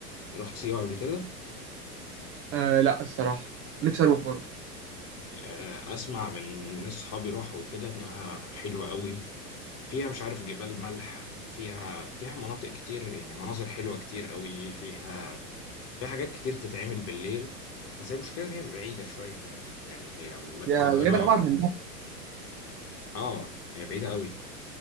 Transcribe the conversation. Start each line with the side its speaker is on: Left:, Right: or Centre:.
Left: رحت سيوة قبل كده
Right: آه لا الصراحة نفسي أروح برضه
Left: آه، اسمع من من ناس صحابي راحوا وكده انها حلوه قوي فيها مش عارف جبال ملح فيها فيها مناطق كتير يعني مناظر حلوه كتير قوي فيها فيها حاجات كتير تتعمل بالليل بس هي المشكله ان هي بعيده شويه يعني يعني هي من القاهره
Right: يا غالبا أبعد من
Left: اه هي بعيده قوي